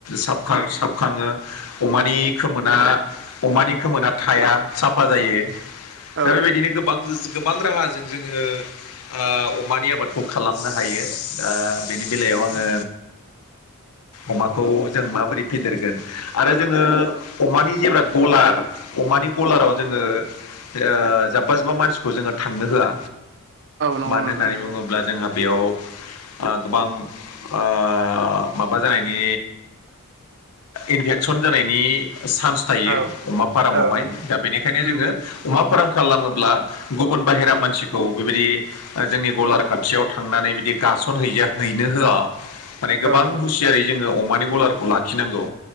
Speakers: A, on the left (about 85°); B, on the right (about 55°).
A: साबखां साबखांङो अमानि खोमोना अमानि खोमोना थाया साफा जायो
B: औ
A: दा बेबायदिनो गोब बां जोस गोबां राहाजों जोङो आ अमानि आबादखौ खालामनो हायो ओ बेनि बेलायाव आङो अमाखौ जों माबोरै फेदेरगोन आरो जोङो अमानि जेब्ला गलार अमानि गलाराव जोङो ओ जाब्बा जुब्बा मानसिखौ जोङो थांनो होआ।
B: नंगौ
A: मानो
B: नोंथां
A: होननानै बुङोब्ला जोंहा बेयाव आ गोबां ओ माबा जानायनि इनभेक्सन जानायनि सान्स थायो
B: औ
A: अमा फारामावहाय
B: नंगौ
A: दा बेनिखायनो
B: उम
A: जोङो
B: उम
A: अमा फार्म खालामोब्ला गुबुन बाहेरा मानसिखौ बेबायदि ओ जोंनि गलार खाथियाव थांनानै बिदि गासन हैजाया हैनो होआ। माने गोबां
B: औ नंगौ
A: हुसियारै जोङो अमानि गलारखौ लाखिनांगौ